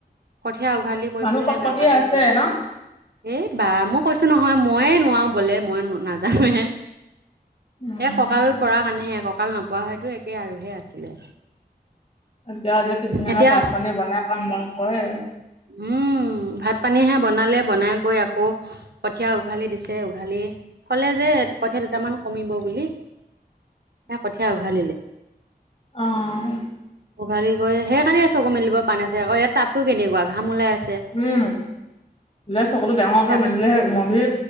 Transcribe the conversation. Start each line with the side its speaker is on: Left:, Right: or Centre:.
Right: কঠীয়া উঘালি কৈ
Left: মানুহ
Right: পেলাইহে
Left: কটকটীয়া
Right: গা পা ধুইছি।
Left: আছে ন
Right: এই বা মই কৈছো নহয়, ময়ে নোৱাও বলে, মই নাজানোৱে।
Left: উম
Right: এ কঁকাল পৰা কাণেহে, কঁকাল নপৱা হয়তো একে আৰু হে আছিলে।
Left: এতিয়াও যে কিত ধুনীয়াকে
Right: এতিয়া
Left: ভাত পানী বনাই কাম বন কৰে।
Right: উ। উ ভাত পানী হে বনালে, বনাই কই আকৌ কঠীয়া উঘালি দিছে, উঘালি ক'লে যে হেটো কঠীয়া দুটামান কমিব বুলি।
Left: <inaudible>
Right: এ কঠীয়া উঘালিলে।
Left: অ'।
Right: উঘালি গৈ হেকাণে চকু মেলিব পা না যে আকৌ। এয়াত তাপটো কেনেকুৱা ঘাম ওলাই আছ
Left: উ। বোলে চকু ডাঙৰকে
Right: তাপ
Left: মেলিলে হে মণি,